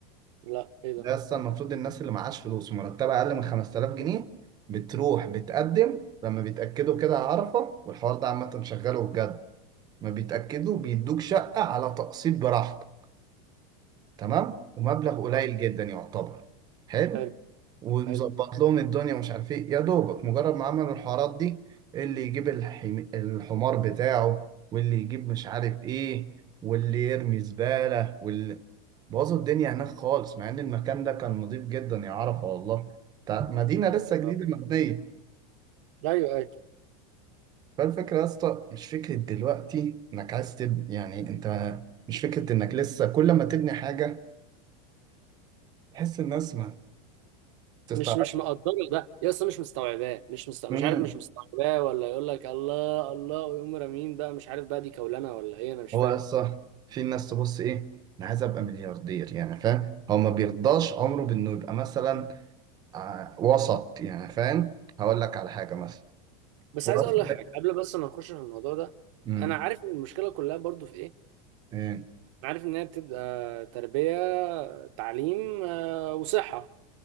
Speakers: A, on the right; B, on the right.
A: لا ايه ده
B: ده يا اسطى المفروض الناس اللي معاش فلوس مرتبه اقل من 5000 جنيه بتروح بتقدم لما بيتاكدوا كده على عرفه والحوار ده عامه شغاله بجد ما بيتأكدوا بيدوك شقة على تقسيط براحتك تمام ومبلغ قليل
A: اه
B: جدا يعتبر حلو
A: حلو
B: ومظبط
A: حلو
B: لهم الدنيا ومش عارف ايه يا دوبك مجرد ما عملوا الحوارات دي اللي يجيب الحم... الحمار بتاعه واللي يجيب مش عارف ايه واللي يرمي زبالة واللي بوظوا الدنيا هناك خالص مع ان المكان ده كان نظيف جدا يا عرفة والله تع- مدينة لسه جديدة
A: اه
B: مبنية
A: ايوه ايوه
B: فالفكرة يا اسطى مش فكرة دلوقتي انك عايز تبني يعني انت مش فكرة انك لسه كل ما تبني حاجة تحس الناس ما تستعرض
A: مش مش مقدره ده يا اسطى مش مستوعباه مش مست... مش
B: امم
A: عارف مش مستوعباه ولا يقول لك الله الله ويقوم رامين بقى مش عارف بقى دي كولنا ولا ايه انا مش
B: هو
A: فاهم
B: يا اسطى في ناس تبص ايه انا عايز ابقى ملياردير يعني فاهم هو ما بيرضاش عمره بانه يبقى مثلا ع- وسط يعني فاهم هقول لك على حاجة مثلا
A: بس
B: هو
A: عايز
B: اصلا
A: اقول لك حاجه قبل بس ما نخش في الموضوع ده
B: امم
A: انا عارف إن المشكله كلها برضو في ايه
B: ايه
A: انا عارف ان هي بتبقى تربيه تعليم آه، وصحه